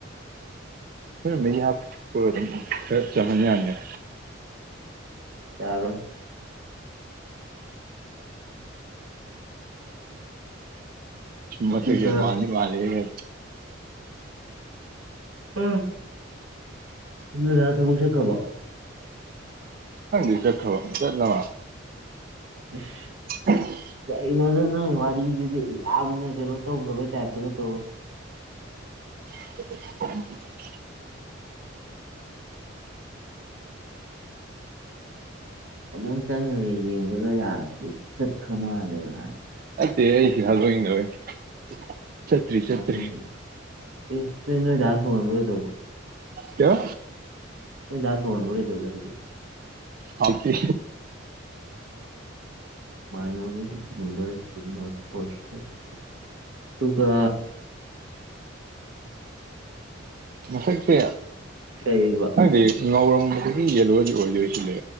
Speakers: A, on the right; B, on the right.
A: ꯍꯣꯔꯦꯟ ꯃꯍꯤ ꯍꯥꯞ ꯂꯣꯏꯔꯦ ꯈꯔꯥ ꯀꯪꯍꯟ ꯌꯥꯅꯤꯅ
B: ꯌꯥꯔꯣ ꯑꯗꯨꯒ
A: ꯃꯁꯥꯛꯁꯦ ꯃꯥꯗꯤ ꯃꯥꯅꯦ ꯍꯦ
B: ꯎꯝ ꯅꫭꯏ ꯗꯥ ꯊꯕꯛ ꯆꯠꯈ꯭ꯔꯕꫭ
A: ꯈꯪꯗꯦ ꯆꯠꯈ꯭ꯔꯕ ꯆꯠꯂꯃꯥꯟꯂꯦ
B: ꯏꯁ
A: UNINTELLIGIBLE
B: ꯀꯔꯤꯅꯣꯗ ꯅꯣꯏ ꯋꯥꯔꯤꯁꯤꯗꯤ ꯌꯥꯝꯅ ꯀꯩꯅꯣ ꯇꯧꯈ꯭ꯔꯕꯩ ꯇꯥꯏꯞꯇꯨꯒ ꯇꯧꯋꯦ
A: UNINTELLIGIBLE
B: ꯑꯗꯨꯝ ꯆꯪꯉꯒ ꯌꯦꯡꯕ ꯗ ꯌꯥꯗꯤ ꯆꯠꯈ ꯃꯥꯜꯂꯦ ꯕꯥꯏ
A: <unintelligible> ꯆꯠꯇ꯭ꯔꯤ
B: ꯃꯥꯟꯅꯕꯩ ꯏꯁ ꯇꯤ ꯅꯣꯏꯗꯥ ꯊꯣꯡꯉꯟꯕ ꯀꯩꯗꯧꯕ
A: ꯀꯤꯌꯥ
B: ꯅꯣꯏ ꯗꯥ ꯊꯣꯡꯍꯟꯕ ꯀꯩꯗꯧꯒꯦ ꯍꯥꯏꯖꯦ
A: ꯍꯥꯎꯇꯦ
B: <unintelligible> ꯇꯨꯒ
A: ꯃꯁꯛꯁꯦ
B: ꯀꯩꯑꯕ
A: ꯍꯥꯏꯗꯤ ꯉꯧꯔꯝꯕꯗꯒꯤ ꯌꯦꯂꯣꯗꯤ ꯑꯣꯏꯗꯤ ꯑꯣꯏꯁꯤꯜꯂꯦ